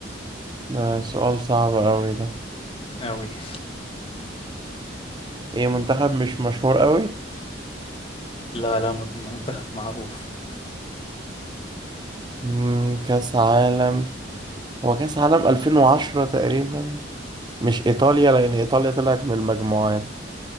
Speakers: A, on the right; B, on the left.
A: ده سؤال صعب قوي ده
B: أوي <laughs>
A: ايه منتخب مش مشهور قوي
B: لا لا من- منتخب معروف
A: مم، كأس عالم هو كأس عالم 2010 تقريبا مش ايطاليا لان ايطاليا طلعت من المجموعات